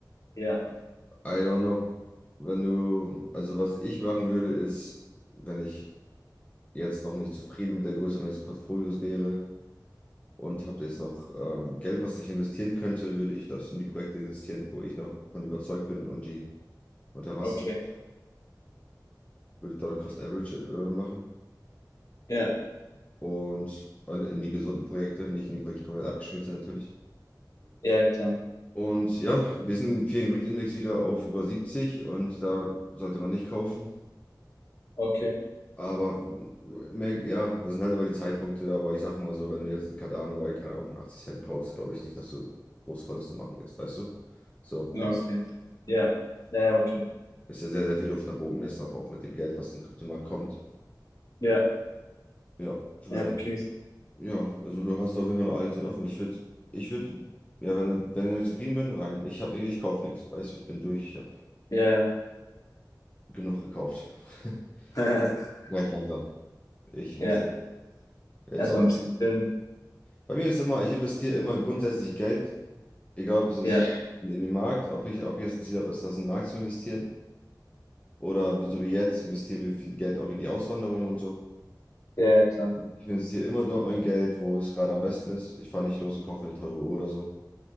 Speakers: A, on the left (about 55°); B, on the left (about 20°).
A: Ja,
B: I don't know. Wenn du, also was ich machen würde, ist, wenn ich jetzt noch nicht zufrieden mit der Größe meines Portfolios wäre, und habe jetzt noch ähm, Geld, was ich investieren könnte, würde ich das in die Projekte investieren, wo ich noch von überzeugt bin und die unter Wasser
A: okay.
B: würde ich Dollar Cost Average äh, machen
A: Ja,
B: und äh, in die gesunden Projekte, nicht in die Projekte, die komplett abgeschmiert sind natürlich.
A: ja, klar.
B: Und ja, wir sind im Fear and Greed Index wieder auf über 70 und da sollte man nicht kaufen.
A: Okay.
B: Aber mehr, ja, das sind halt immer die Zeitpunkte. Aber ich sage mal so, wenn du jetzt einen Cardano bei, keine Ahnung, 80 Cent kaufst, glaube ich nicht, dass du große Verluste machen wirst, weißt du? So,
A: Ja,
B: denke
A: Okay.
B: ich.
A: Ja, ja, ja, okay.
B: Ist ja sehr, sehr viel Luft nach oben ist, noch auch mit dem Geld, was in den Kryptomarkt kommt.
A: Ja,
B: Ja, vielleicht.
A: ja, okay.
B: Ja, also du hast auf jeden Fall noch alle Türen offen. Ich würde, ich würde, ja, wenn, wenn ich noch nicht zufrieden bin, rein. Ich habe, ich kaufe nichts. Weißt du, ich bin durch. Ich habe
A: Ja, ja.
B: genug gekauft. <laughs>
A: <laughs>
B: Gleich langsam. Ich muss
A: Ja,
B: jetzt, jetzt
A: erstmal
B: auch noch.
A: ein bisschen chillen.
B: Bei mir ist immer, ich investiere immer grundsätzlich Geld, egal ob es ist
A: Ja,
B: in, in den Markt, ob ich, ob ich jetzt ein Ziel habe, ist das in den Markt zu investieren. Oder so wie jetzt investieren wir viel Geld auch in die Auswanderung und so.
A: ja, ja, klar.
B: Ich investiere immer dort mein Geld, wo es gerade am besten ist. Ich fahre nicht los und kaufe mir eine teure Uhr oder so.